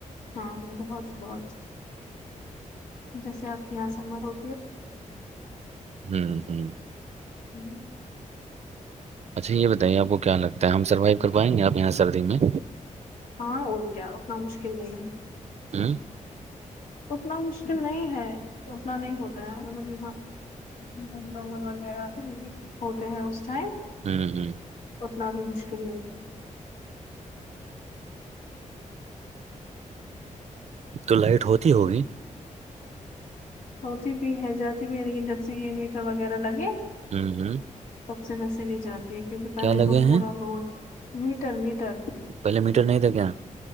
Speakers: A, on the left; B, on the right.
A: ہاں بہت بہت جیسے آپ کے یہاں سمر ہو
B: ہوں ہ
A: <unintelligible>
B: اچھا یہ بتائیے آپ کو کیا لگتا ہے ہم سروائیو کر پائیں گے آپ یہاں سردی میں
A: ہاں اور کیا اتنا مشکل نہیں ہے
B: ہ
A: اتنا مشکل نہیں ہے اتنا نہیں ہوتا ہے مطلب یہاں ہم لوگ وغیرہ ہوتے ہیں اس ٹائم
B: ہ ہ
A: اتنا بھی مشکل نہیں ہے
B: تو لائٹ ہوتی ہوگی
A: ہوتی بھی ہے جاتی بھی ہے لیکن جب سے یہ میٹھا وغیرہ لگے-
B: ہوں-ہوں
A: سب سے ویسے نہیں جاتی ہے کیونکہ پہلے
B: لگے
A: تو سورا
B: ہیں
A: لوڈ میٹر میٹر
B: پہلے میٹر نہیں تھا کیا